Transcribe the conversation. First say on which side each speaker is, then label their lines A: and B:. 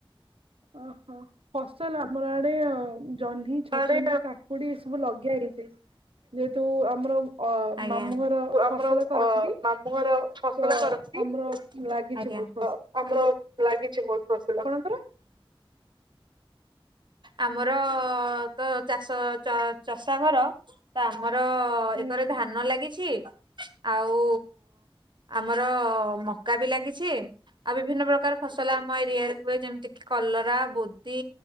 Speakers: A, on the right; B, on the right.
A: ଓହୋ ଫସଲ ଆପଣଙ୍କ ଆଡେ ଅଁ ଜହ୍ନି, ଛଚିନ୍ଦ୍ରା
B: ଆଡେ
A: କା କୁଡି ସବୁ ଲଗିଆ ହେଇଚି ଯେହେତୁ ଆମର ଅ
B: ଆଜ୍ଞା।
A: ମାମୁଁଘର ଫସଲ
B: ଆମର
A: କରନ୍ତି
B: ଅ ମାମୁଁ ଘର ଫସଲ
A: ତ
B: କରନ୍ତି
A: ଆମର ଲାଗିଛି
B: ଆଜ୍ଞା।
A: ଭୋଉତ୍।
B: ତ ଆମର ଲାଗିଛି ଭୋଉତ୍ ଫସଲ।
A: ଆପଣଙ୍କର
B: ଆମର ତ ଚାଷ ଚ ଚଷା ଘର ତା ଆମର କ
A: ଆଜ୍ଞା
B: ଏକର ଧାନ ଲାଗିଛି ଆଉ ଆମର ମକା ବି ଲାଗିଛି। ଆ ବିଭିନ୍ନ ପ୍ରକାର ଫସଲ ଆମ ଏରିଆରେ ହୁଏ ଯେମିତି କିି କଲରା ବୋତି।